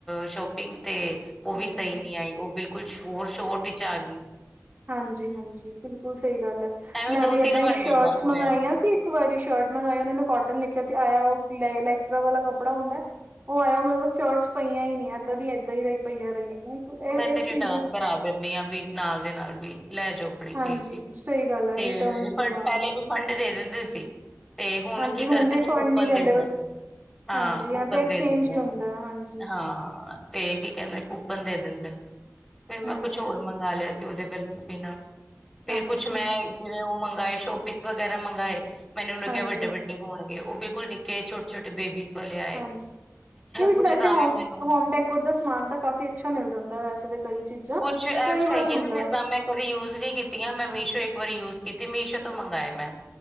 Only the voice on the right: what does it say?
ਹਾਂਜੀ
ਹਾਂਜੀ ਹਾਂਜੀ ਬਿਲਕੁਲ ਸਹੀ ਗੱਲ ਹੈ
ਮੈਂ
ਵੀ ਏਦਾਂ
ਹੀ ਸ਼ਰਟਸ
ਮੰਗਾਈਆਂ ਸੀ। ਇੱਕ ਵਾਰੀ ਸ਼ਰਟ ਮੰਗਵਾਆ ਉਹ ਨੇ ਕਟਨ ਲਿਖਿਆ ਤੇ ਆਇਆ ਉਹ ਲੈਕਸਾ ਵਾਲਾ ਕੱਪੜਾ ਹੁੰਦਾ। ਉਹ ਆਇਆ ਮਤਲਬ ਸ਼ਰਟਸ ਪਈਆਂ ਹੀ ਨਹੀਂ ਇਏਦਾਂ ਦੀ ਇਦਾਂ ਹੀ ਰਹੀ ਪਈਆਂ ਰਹੀਆਂ।
ਇਸ
ਚੀਜ਼ ਵਿੱਚ
ਹਾਂਜੀ
ਸਹੀ ਗੱਲ ਹੈ
ਰਿਟਰਨ
ਹੀ ਕਰਵਾ
ਦੋ
ਹਾਂਜੀ
ਰਿਫੰਡ
ਨਹੀਂ ਦਿੰਦੇ
ਬਸ
ਹਾਂਜੀ ਜਾਂ
ਤੇ ਐਕਸਚੇਂਜ
ਹੀ ਹੁੰਦਾ
ਹਾਂਜੀ
ਹੂੰ
ਹਾਂਜੀ
ਹਾਂਜੀ
ਹਾਂਜੀ ਨਹੀਂ ਵਿੱਚ
ਵੈਸੇ
ਹੋਮ
ਹੋਮਟੈਕ ਦਾ ਸਮਾਨ ਤਾਂ ਕਾਫ਼ੀ ਅੱਛਾ ਮਿਲ ਜਾਂਦਾ ਵੈਸੇ ਤਾਂ ਕਈ ਚੀਜ਼ਾਂ
ਕਈ ਵਾਰ
ਹੁੰਦਾ
ਹੈ।